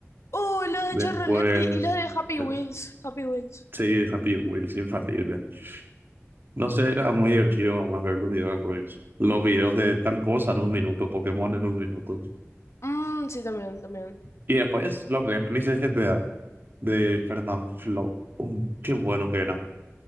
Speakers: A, on the left (about 70°); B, on the right (about 45°).
A: Uh, los
B: después,
A: de Chevrolet y, y los de Happy
B: eh,
A: Wheels. Happy Wheels.
B: sí, Happy Wheels, infalible. No sé, era muy divertido ver los videojuegos. Los videos de tal cosa en un minuto, Pokémon en un minuto.
A: Mm, sí, también, también.
B: Y después los gameplays de GTA, de Fernanfloo. Um, qué buenos que eran.